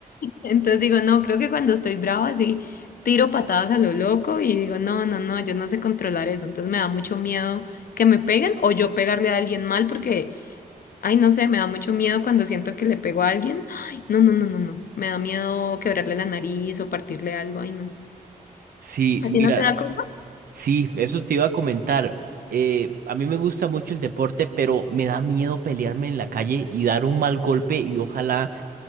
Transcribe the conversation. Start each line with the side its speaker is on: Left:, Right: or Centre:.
Left: Entonces digo, no, creo que cuando estoy brava sí tiro patadas a lo loco y digo, no, no, no, yo no sé controlar eso. Entonces me da mucho miedo que me peguen o yo pegarle a alguien mal porque, ay, no sé, me da mucho miedo cuando siento que le pego a alguien. Ay, no, no, no, no, no. Me da miedo quebrarle la nariz o partirle algo. Ay, no.
Right: Sí,
Left: ¿A
Right: mira,
Left: ti no te da cosa?
Right: sí, eso te iba a comentar. Eh, a mí me gusta mucho el deporte, pero me da miedo pelearme en la calle y dar un mal golpe y ojalá